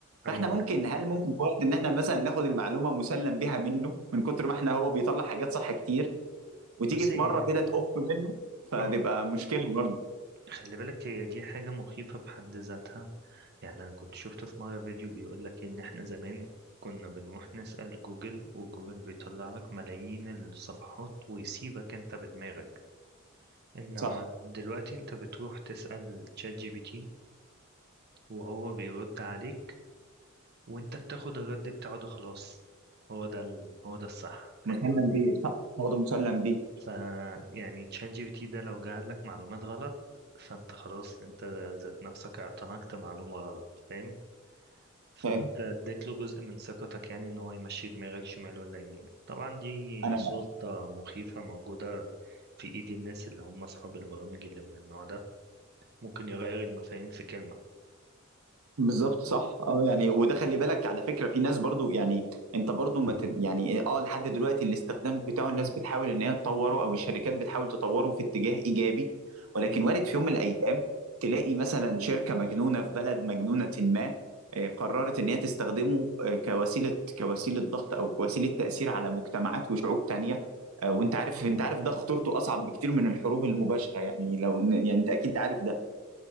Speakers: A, on the right; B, on the right.
A: ايوه
B: فاحنا ممكن
A: أيوة.
B: هل ممكن في وقت ان احنا مثلا ناخد المعلومه مسلم بها منه من كتر ما احنا هو بيطلع حاجات صح كتير وتيجي
A: بص
B: في
A: هي
B: مره كده تقف منه فتبقى
A: اه
B: مشكله برضه
A: خلي بالك هي دي حاجة مخيفة في حد ذاتها يعني أنا كنت شفت في مرة فيديو بيقول لك إن إحنا زمان كنا بنروح نسأل جوجل وجوجل بيطلع لك ملايين الصفحات ويسيبك أنت بدماغك إنما
B: صح
A: دلوقتي أنت بتروح تسأل تشات جي بي تي وهو بيرد عليك وأنت بتاخد الرد بتاعه ده خلاص هو ده ال... هو ده الصح
B: مسلم
A: فاهم قصدي؟
B: بيه صح برضه مسلم بيه
A: ف يعني تشات جي بي تي ده لو جعل لك معلومات غلط فأنت خلاص أنت ذات نفسك اعتنقت معلومة غلط فاهم؟ فانت
B: فاهم
A: اديت له جزء من ثقتك يعني ان هو يمشي دماغك شمال ولا يمين طبعا دي
B: انا
A: سلطة مخيفة موجودة في ايد الناس اللي هم اصحاب البرامج اللي من النوع ده ممكن يغير المفاهيم في كلمة
B: بالظبط صح اه يعني وده خلي بالك على فكره في ناس برضو يعني انت برضو ما ت... يعني إيه، اه لحد دلوقتي الاستخدام بتاعه الناس بتحاول ان هي تطوره او الشركات بتحاول تطوره في اتجاه ايجابي ولكن
A: مم.
B: وارد في يوم من الايام تلاقي مثلا شركه مجنونه في بلد مجنونه ما آه، قررت ان هي تستخدمه آه، كوسيله كوسيله ضغط او كوسيله تاثير على مجتمعات وشعوب تانيه آه، وانت عارف انت عارف ده خطورته اصعب بكتير من الحروب المباشره يعني لو إن- يعني انت اكيد عارف ده